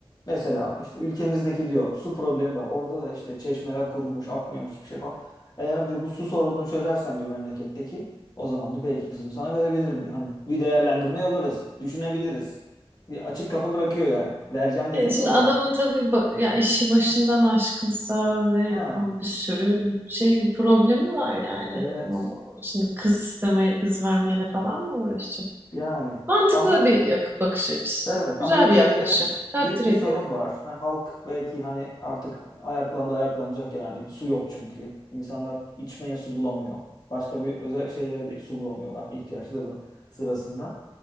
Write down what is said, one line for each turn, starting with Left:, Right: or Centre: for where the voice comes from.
Left: Mesela işte ülkemizdeki diyor su problemi var. Orada da işte çeşmeler kurumuş, akmıyor hiçbir şey falan. Eğer diyor bu su sorununu çözersen diyor memleketteki o zaman da belki kızımı sana verebilirim diyor. Hani bir değerlendirmeye alırız, düşünebiliriz. Bir açık kapı bırakıyor yani. Vereceğim de
Right: E,
Left: demiyor
Right: Şimdi
Left: o
Right: adamın
Left: da.
Right: tabii ba- ya işi başından
Left: Hı.
Right: aşkınsa ve
Left: Ha,
Right: o bir sürü şey problemi var yani.
Left: evet
Right: O, şimdi kız istemeye, kız vermeyle falan mı uğraşacak?
Left: yani
Right: Mantıklı
Left: ama
Right: bir yak- bakış açısı.
Left: Evet
Right: Güzel
Left: ama ülkede
Right: bir yaklaşım.
Left: de
Right: Takdir
Left: büyük bir
Right: ediyorum.
Left: sorun var. Hani halk belki hani artık ayaklandı ayaklanacak yani. Su yok çünkü. İnsanlar içmeye su bulamıyor. Başka bir özel şeylere de su bulamıyorlar ihtiyaçları sırasında.